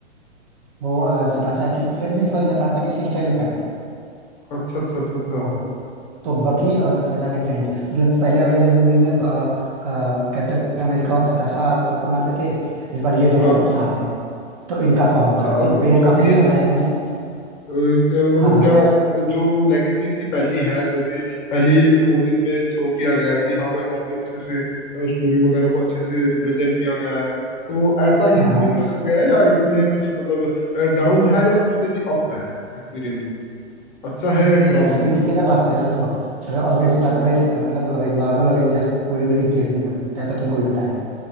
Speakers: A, on the right; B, on the left.
A: वो अ, नताशा की फ्रेंड नहीं सॉरी नताशा की सिस्टर इनफैक्ट
B: अच्छा अच्छा अच्छा अच्छा
A: वो तो बकी और नताशा के फ्रेंड मतलब पहले अवेंजर मूवीज में अ, अ, कैप्टन अमेरिका और नताशा सबको मारते थे इस बार ये दोनों
B: हाँ
A: साथ हैं तो इनका कॉम्बो
B: अच्छा
A: है भाई
B: अब
A: पेयर काफी
B: अब ये
A: अच्छा बना है इन्होंने
B: अ, क- मतलब
A: हाँ हाँ
B: क्या प- जो लेगेसी इनकी पहली है जैसे पहली मूवीज में शो किया गया कि हाँ भाई काफी अच्छे से स्टोरी वगैरह को अच्छे से रिप्रेजेंट किया गया है तो ऐसा ही
A: हाँ
B: इसमें
A: हाँ
B: भी रखा गया है या इसमें कुछ मतलब डाउन है या उससे भी अप है एक्सपीरियंस अच्छा है या
A: नहीं
B: खराब
A: एक्सपीरियंस
B: है मतलब
A: की अगर
B: ये बताओ
A: बात करें तो देखो अगर ऑब्वियस
B: हम्म,
A: बात है भाई मतलब अवे नॉर्मल अवेंजर्स को कोई भी रिप्लेस नहीं कर सकता है तो तुमको भी पता है